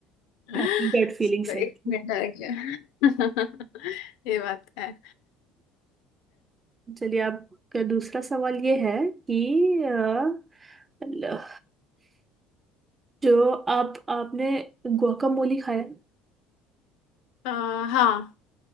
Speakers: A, on the left; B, on the right.
A: <laughs>
B: आपकी गट फीलिंग
A: सॉरी
B: सही थी
A: बेटा आ गया <laughs> ये बात है
B: चलिए आपका दूसरा सवाल ये है कि अ, ल- जो आप आपने guacamole खाया
A: अ, हाँ